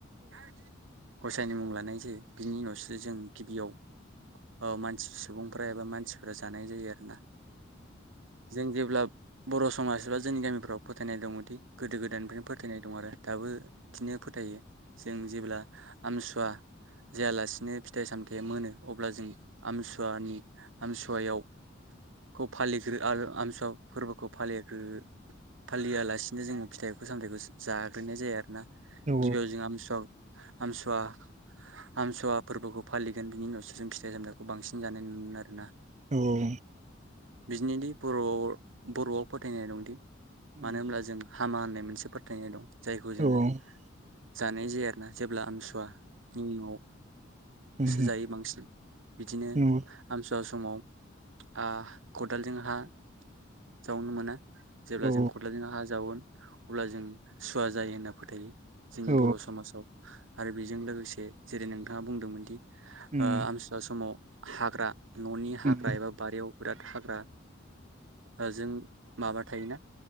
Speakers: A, on the right (about 80°); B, on the right (about 35°).
A: <unintelligible> गसायनि मुं लानाय जायो। बिनि उनावस्रो जों गिबियाव‌ - औ मानसि सुबुं - <unintelligible> मानसिफोरा जानाय जायो आरोना। जों जेब्ला- बर' समाज बा जोंनि गामिफ्राव फोथायनाय दङदि गोदो गोदायनिफ्रायनो फोथायनाय दं आरो। दाबो बिदिनो फोथायो जों जेब्ला आमसुवा जायालासिनो फिथाइ सामथायाइ मोनो अब्ला जों आमसुवानि- आमसुवायाव खौ फालिग्रो आरो आमसुवा फोरबोखौ फालिग्रो फालियालासिनो जों फिथाइ सामथायाइखौ जाग्रोनाय जाया आरोना
B: औ
A: गिबियाव जोंमसुवमसुवा आमसुवा- आमसुवा फोरबोखौ फालिगोन बिनि उनावसो जों फिथाइ सामथायाइखौ बांसिन जानाय नु मोन- आरोना
B: औ औ
A: बिदिनोदि बर'आव बर'आव फोथायनाय दंदि
B: औ
A: मानो होनब्ला जों हामा होननाय मोनसे फोथायनाय दं। जायखौ जोङो
B: औ
A: जानाय जाया आरोना जेब्ला आमसुवानि मुङाव
B: उम
A: सो जायो बांसिन। बिदिनो
B: नंगौ
A: सुवा समाव आ‌‌ खदालजों हा जावनो मोना जेब्ला
B: औ
A: जों खदालजों हा जावोन अब्ला जों सुवा जायो होनना फोथायो। जोंनि
B: औ
A: बर' समाजाव। आरो बेजों लोगोसे जेरै नोंथाङा बुंदोंमोनदि -
B: उम
A: ओ- द समाव हाग्रा न'नि हाग्रा
B: उम
A: एबा बारियाव बेराद‌ हाग्रा- जों - माबा थायोना